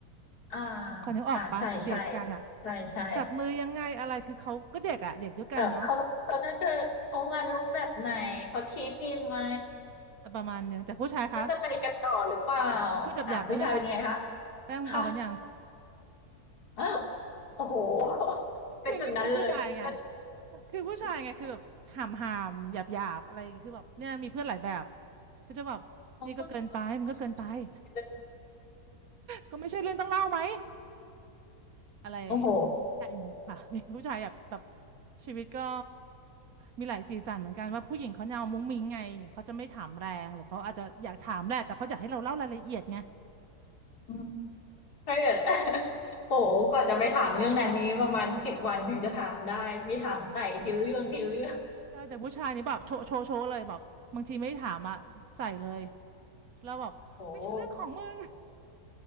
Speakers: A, on the left; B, on the right.
A: อ่า
B: ขอนึกออกปะไปเดทกันอะ
A: อ่าใช่ใช่ใช่ใช่
B: จับมือยังไงอะไรคือเขาก็เด็กอะเด็กด้วยกันเนาะ
A: แบบเขาเขาน่าจะเขามาลุคแบบไหนเขาทีปดีไหม
B: ประมาณนึงแต่ผู้ชายคะ
A: น่าจะไปกันต่อหรือเปล่า
B: พูดหยาบๆได้ไหมคะ
A: อ่าผู้ชายเป็นยังไงคะ
B: แป้งมึงเอากันยัง
A: ค่ะ <laughs> โอ้โฮ
B: <laughs>
A: ไปจุดนั้นเลยไม่ต้องแบบว่า
B: คือนี่คือผู้ชายไงคือผู้ชายไงคือแบบหามหามหยาบหยาบๆอะไรอย่างเงี้ยคือแบบเนี่ยมีเพื่อนหลายแบบ
A: มือถือแข็งเลยเนาะ
B: ก็จะแบบนี่ก็เกินไปมันก็เกินไป
A: อ๋อต้องต้องดูว่าเขาพูดกันอย่างนี้เลย
B: <laughs> ก็ไม่ใช่เรื่องต้องเล่าไหม อะไรอย่างเงี้ยใช่อยู่ค่ะ
A: โอ้โฮ
B: <laughs> มีผู้ชายแบบแบบชีวิตก็มีหลายสีสันเหมือนกันว่าผู้หญิงเขาแนวมุ้งมิ้งไงเขาจะไม่ถามแรงหรือเขาอาจจะอยากถามแหละแต่เขาอยากให้เราเล่ารายละเอียดไง
A: อืมถ้าเกิด <laughs> โอ้โฮกว่าจะไปถามเรื่องนั้นนี้ประมาณ10วันถึงจะถามได้มีถามไต่ทีละเรื่องทีละเรื่อง
B: ใช่แต่ผู้ชายนี่แบบโชว์โชว์โชว์เลยแบบบางทีไม่ถามอ่ะใส่เลยแล้วแบบไม่ใช่เรื่องของมึง
A: โอ้โฮ